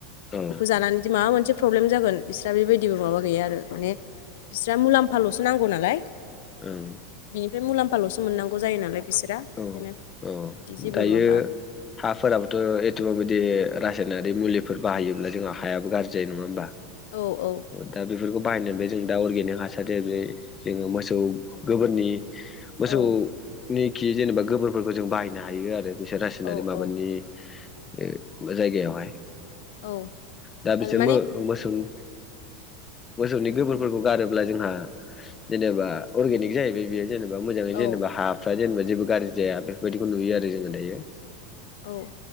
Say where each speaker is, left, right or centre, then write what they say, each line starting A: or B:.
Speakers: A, on the left; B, on the left.
A: औ
B: बेखौ जानानैदि माबा मोनसे प्रब्लेम जागोन बिस्रा बेबायदिबो माबा गैया आरो माने बिस्रा मुलाम्फालसो नांगौ नालाय
A: ओं
B: ओमफ्राय मुलाम्फालसो मोननांगौ जायो नालाय बिसोरा
A: औ
B: बेखायनो
A: औ
B: बिदि जेबो
A: दायो
B: माबा
A: हाफोराबोथ एथबां बिदि रा सायनारि मुलिफोर बाहायोब्ला जोंहा हायाबो गाज्रि जायो नङा होमबा
B: औ औ
A: दा बेफोरखौ बाहायनो बे जों दा अर्गेनिक हासारारि जोङो मोसौ गोबोरनि मोसौनिखि
B: औ
A: जेनेबा गोबोरफोरखौ जों बाहायनो हायो आरो बिसोर रासायनारि
B: औ
A: माबानि
B: औ
A: ओ जायगायावहाय
B: औ
A: दा बिसोर
B: आरो माने
A: मो मोसौनि मोसौनि गोबोरफोरखौ
B: औ
A: गारोब्ला जोंहा जेनेबा अर्गेनिक जाहैबाय बेयो जेनेबा मोजाङै
B: औ
A: जेनेबा हाफ्रा जेनेबा जेबो गाज्रि जाया बेफोरबायदिखौ नुयो आरो जोङो दायो
B: औ